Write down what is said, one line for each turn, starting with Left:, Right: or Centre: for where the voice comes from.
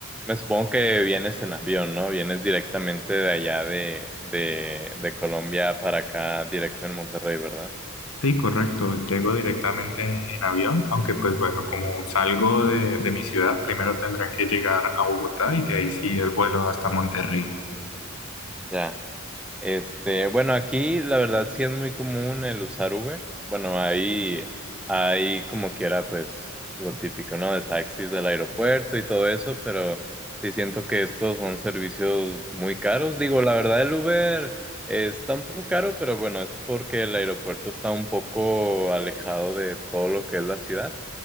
Centre: me supongo que vienes en avión, ¿no? Vienes directamente de allá de, de, de Colombia para acá, directo en Monterrey, ¿verdad?
Left: Sí, correcto. Llego directamente en avión, aunque pues bueno, como salgo de, de mi ciudad, primero tendré que llegar a Bogotá y de ahí sí el vuelo hasta Monterrey.
Centre: Ya. Este, bueno, aquí la verdad sí es muy común el usar Ubers. Bueno, ahí, ahí como quiera, pues lo típico, ¿no? De taxis del aeropuerto y todo eso, pero sí siento que estos son servicios muy caros. Digo, la verdad el Uber eh, está un poco caro, pero bueno, es porque el aeropuerto está un poco alejado de todo lo que es la ciudad.